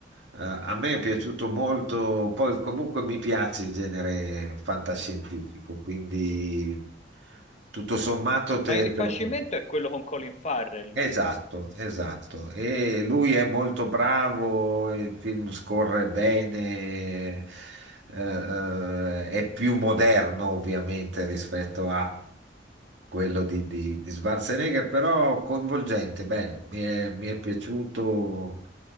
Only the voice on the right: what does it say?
Eh, a me è piaciuto molto, poi comunque mi piace il genere fantascientifico, quindi tutto sommato te,
te lo può.
Esatto, esatto. E lui è molto bravo, il film scorre bene, eh, eh, è più moderno ovviamente rispetto a quello di, di, di Schwarzenegger, però coinvolgente, bello, mi è, mi è piaciuto.